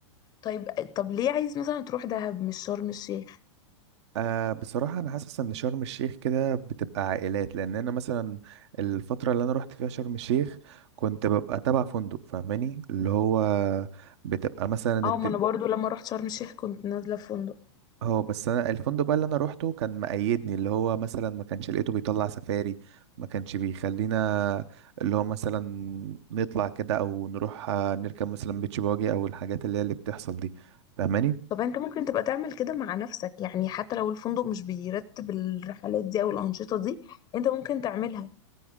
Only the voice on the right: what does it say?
آه بصراحه انا حاسس ان شرم الشيخ كده بتبقى عائلات لان انا مثلا الفتره اللي انا رحت فيها شرم الشيخ كنت ببقى تبع فندق فاهماني اللي هو بتبقى مثلا
الد-
اه بس انا الفندق بقى اللي انا روحته كان مقيدني اللي هو مثلا ما كانش لقيته بيطلع سفاري ما كانش بيخلينا اللي هو مثلا نطلع كده او نروح آه، نركب مثلا بيتش باجي او الحاجات اللي هي اللي بتحصل دي فاهماني